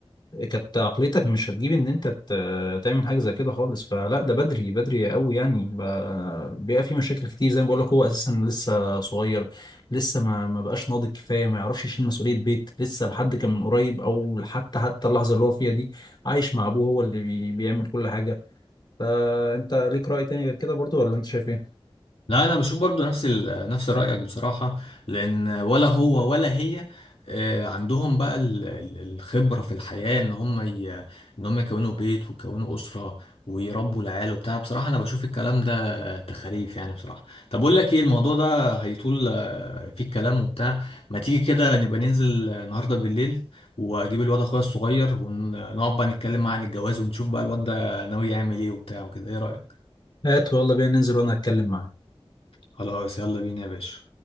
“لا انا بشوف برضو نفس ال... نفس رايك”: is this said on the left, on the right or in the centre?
Left